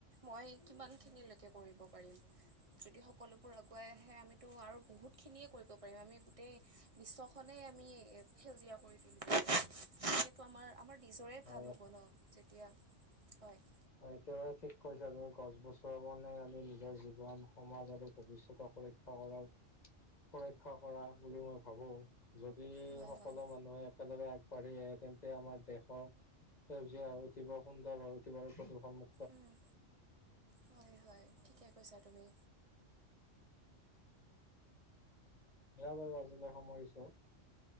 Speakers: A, on the right; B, on the left.
A: মই কিমান খিনিলৈকে কৰিব পাৰিম। যদি সকলোবোৰ আগুৱাই আহে, আমিতো আৰু বহুত খিনিয়ে কৰিব পাৰিম। আমি গোটেই বিশ্বখনেই আমি সেউজীয়া কৰি তুলিব পাৰিম, সেইটো আমাৰ আমাৰ নিজৰে
B: হয়
A: ভাল হ'ব ন, যেতিয়া হয়।
B: হয়, একেবাৰে ঠিক কৈছা তুমি, গছ বচোৱা কাৰণে আমি নিজৰ জীৱন, সমাজ আৰু ভৱিষ্যতৰ সুৰক্ষা কৰা, সুৰক্ষা কৰা বুলি মই ভাবোঁ। যদি,
A: হয়
B: সকলো
A: হয়
B: মানুহে একলগে আগবাঢ়ি আহে, তেন্তে, আমাৰ দেশৰ সেউজীয়া হৈ উঠিব, সুন্দৰ হৈ উ ঠিব আৰু প্ৰদূষণ মু
A: উম, হয় হয় ঠিকে কৈছা তুমি।
B: এয়া বাৰু আজিলৈ সামৰিছো।